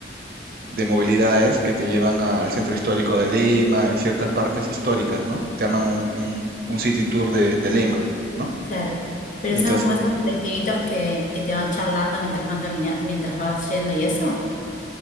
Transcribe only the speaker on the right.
de movilidades que te llevan al centro histórico de Lima y ciertas partes históricas, ¿no? Te arman un, un- un city tour de, de Lima, ¿no?
Y
entonces,